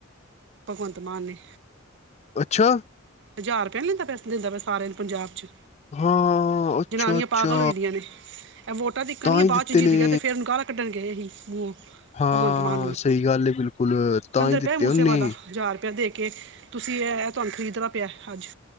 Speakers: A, on the right; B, on the left.
A: ਭਗਵੰਤ ਮਾਨ ਨੇ।
B: ਅੱਛਾ?
A: ਹਜ਼ਾਰ ਰੁਪਏਆ ਨੀ ਲੈਂਦਾ, ਪੈਸੇ ਦਿੰਦਾ ਪੇਆ ਸਾਰਿਆਂ ਨੂੰ, ਪੰਜਾਬ ਚ।
B: ਹਾਂ ਅੱਛਾ
A: ਜਨਾਨੀਆਂ
B: ਅੱਛਾ
A: ਪਾਗਲ ਹੋਈ ਦੀਆਂ ਨੇ। ਏਹ ਵੋਟਾਂ ਤੱਕਣ
B: ਤਾਂ
A: ਈ ਏ,
B: ਹੀ
A: ਬਾਅਦ
B: ਦਿੱਤੇ
A: ਚ ਜਿੱਤ
B: ਨੇ
A: ਗਿਆਂ ਤੇ ਫੇਰ ਏਨੂੰ ਗਾਲਾ ਕੱਢਣ ਗਏ ਏਹੀ, ਮੂੰਹੋਂ।
B: ਹਾਂ
A: ਭਗਵੰਤ ਮਾਨ ਨੂੰ
B: ਸਈ ਗੱਲ ਏ ਬਿਲਕੁਲ, ਤਾਂ
A: ਕਹਿੰਦਾ
B: ਈ ਦਿੱਤੇ
A: ਪਿਆ ਮੂਸੇਵਾਲਾ
B: ਔਨੇ।
A: ਹਜ਼ਾਰ ਰੁਪਏਆ ਦੇ ਕੇ, ਤੁਸੀਂ ਏਹ, ਏਹ ਤੁਆਨੂੰ ਖ਼ਰੀਦਦਾ ਪੇਆ ਅੱਜ।